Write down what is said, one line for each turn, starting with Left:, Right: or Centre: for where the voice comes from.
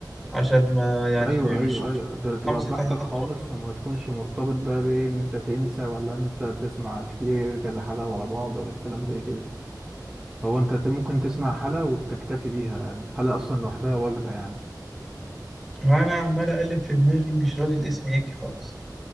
Centre: عشان ما يعني
Right: ايوه ايوه
Centre: مش مش-
Right: ايوه بتبقى
Centre: خمس ست
Right: براحتك
Centre: حلقات
Right: خالص
Centre: ورا بعض
Right: وما تكونش مرتبط بقى بان انت تنسى ولا انت تسمع كتير كذا حلقة ورا بعض ولا الكلام زي كده هو انت ت- ممكن تسمع حلقة وتكتفي بيها يعني الحلقة اصلا لوحدها وجبة يعني
Centre: ما انا عمال اقلب في دماغي مش راضي الاسم يجي خالص